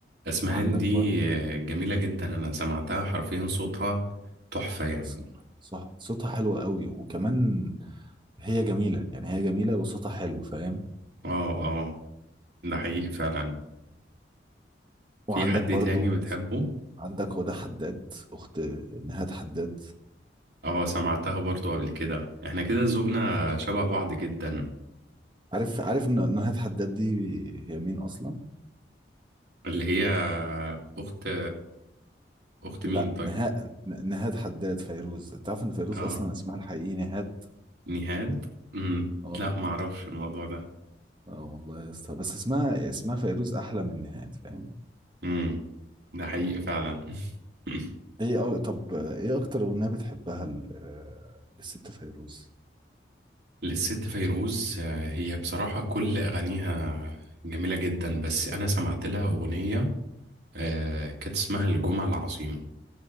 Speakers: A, on the right; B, on the right.
A: اسمهان
B: وعندك
A: دي
B: برضو
A: آه، جميلة جدا انا سمعتها حرفيا صوتها تحفة يعني
B: صوتها صوتها صوتها حلو قوي وكمان هي جميلة يعني هي جميلة وصوتها حلو فاهم
A: اه اه ده حقيقي فعلا في
B: وعندك
A: حد
B: برضو
A: تاني بتحبه
B: عندك هدى حداد أخت نهاد حداد
A: اه سمعتها برضو قبل كده احنا كده ذوقنا شبه بعض جدا
B: عارف عارف ن- نهاد حداد دي هي مين أصلا؟
A: اللي هي اخت اخت
B: لا
A: مين طيب
B: نهاد نهاد حداد فيروز تعرف إن فيروز
A: اه
B: أصلا اسمها الحقيقي نهاد؟
A: نهاد مم.
B: اه
A: لا معرفش الموضوع ده
B: اه والله يا اسطى بس اسمها اسمها فيروز أحلى من نهاد فاهم؟
A: مم. ده حقيقي فعلا <laughs>
B: ايه أو... طب ايه أكتر أغنية بتحبها ل... آه، للست فيروز؟
A: للست فيروز آه، هي بصراحة كل أغانيها جميلة جدا بس أنا سمعت لها أغنية آه، كانت اسمها الجمعة العظيمة